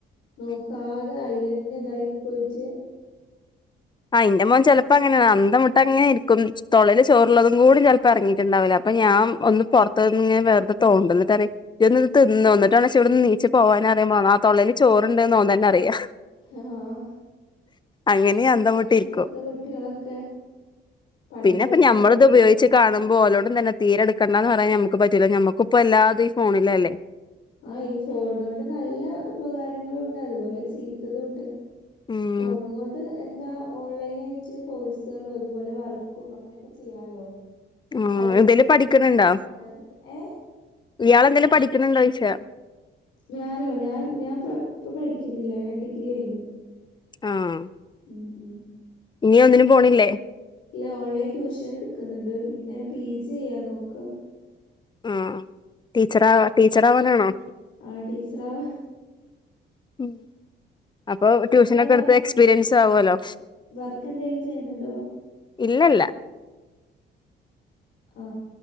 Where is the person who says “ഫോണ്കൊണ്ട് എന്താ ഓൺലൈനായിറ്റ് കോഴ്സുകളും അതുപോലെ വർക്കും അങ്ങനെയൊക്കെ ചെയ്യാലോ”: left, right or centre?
Left